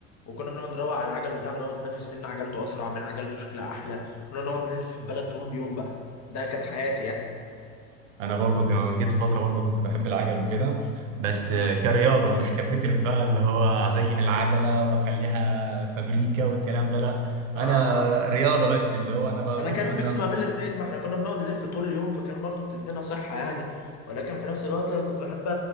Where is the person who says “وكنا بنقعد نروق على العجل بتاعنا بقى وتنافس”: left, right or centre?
Left